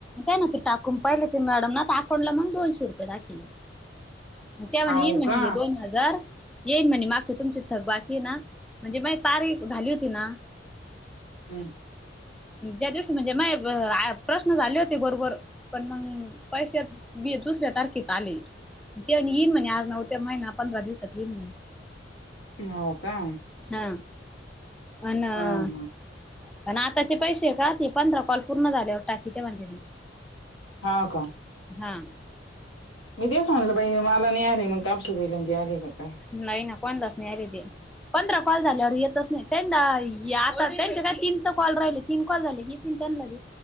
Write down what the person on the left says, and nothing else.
हाव
का
हां <unintelligible>
हम्म हाव का?
हा हा
हा का?
मी तेच म्हणलं बाई हे मला नाही आ रे मग. कापशि दिले आणि ते आले का काय.